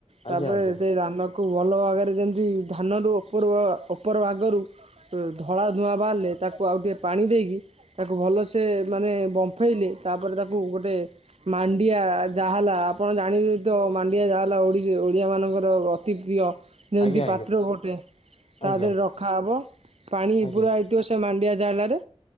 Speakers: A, on the right; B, on the left.
A: ତାପରେ
B: ଆଜ୍ଞା ଆଜ୍ଞା
A: ସେତ ଦାନ ତା କୁ ଭଲ ଆଗରେ ଯେମିତି ଧାନରୁ ଉପର ଉପର ଆଗରୁ ଧଳା ଧୂଆଁ ବାହାରିଲେ ତାକୁ ଆଉ ଟିକିେ ପାଣି ଦେଇକି ତାକୁ ଭଲସେ ମାନେ ବମ୍ଫେଇଲେ ତାପରେ ତାକୁ ଗୋଟେ ମାଣ୍ଡିଆ ଯାହାଲା ଆପଣ ଜାଣିବେ ତ ମାଣ୍ଡିଆ ଯାହାଲା ଓଡିଶୀ ଓଡ଼ିଆମାନଙ୍କର ଅତି ପ୍ରିୟ ଯେମ
B: ଆଜ୍ଞା ଆଜ୍ଞା
A: ପାତ୍ର ଗୋଟେ ତା
B: ଆଜ୍ଞା
A: ଦେହରେ ରଖାହବ ପାଣି
B: ଆଜ୍ଞା
A: ପ
B: ଆଜ୍ଞା
A: ହେଥିବ କଣ୍ଡିଆ ଜାଲରେ